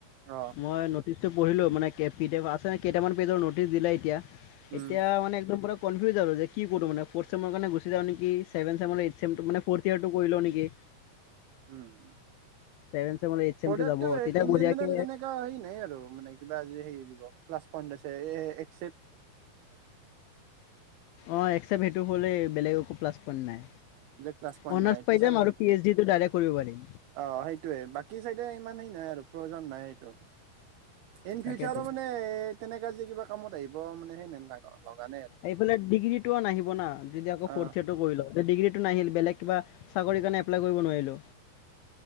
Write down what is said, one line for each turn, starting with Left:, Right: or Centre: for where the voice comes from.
Right: অ
Left: মই নটিচটো পঢ়িলো মানে কি পিডিএফ আছে কেইটামান পেজৰ নটিচ দিলে এতিয়া।
Right: উম
Left: এতিয়া মানে একদম পোৰা কনফিউজ আৰু যে কি কৰো মানে ফৰ্থ চেমৰ কাৰণ গুচি যাওঁ নেকি, ছেভেন চেমলে এইট চেমটো মানে ফৰ্থ ইয়াৰটো কৰি লওঁ নেকি। <inaudible>
Right: উম।
Left: ছেভেন চেমৰ এইট চেমটো
Right: অৰ্ডাৰটো
Left: যাব তেতিয়া
Right: ইন
Left: বঢ়িয়াকে
Right: জেনেৰেল যেনেকা হেনেই আৰু মানে কিবা মানে হেৰি দিব প্লাছ পইণ্ট আছে এ এক্স
Left: অ এক্সচেপত সেইটো হ'লেই বেলেগ একো প্লাছ পইন্ট নাই।
Right: বেলেগ প্লাছ পইণ্ট
Left: অনাৰ্ছ
Right: নাই,
Left: পাই
Right: টিচাৰ
Left: যাম আৰু পি এইচ ডিটো ডাইৰেক্ট কৰিব পাৰিম
Right: অ সেইটোৱে বাকি চাইডে ইমান সেই নাই আৰু প্ৰয়োজন নাই এইটো। ইনফিউচাৰো
Left: তাকেতো
Right: মানে এ তেনেকা যে কিবা কামত আহিব মানে, লগা নাই আৰু
Left: এইফালে ডিগ্ৰী টো নাহিব না যদি আকৌ
Right: অ
Left: ফৰ্থ ইয়াৰটো বহি লয় ডিগ্ৰী টো নাহিল বেলেগ কিবা চাকৰি কাৰণে এপ্লাই কৰিব নোৱাৰিলো।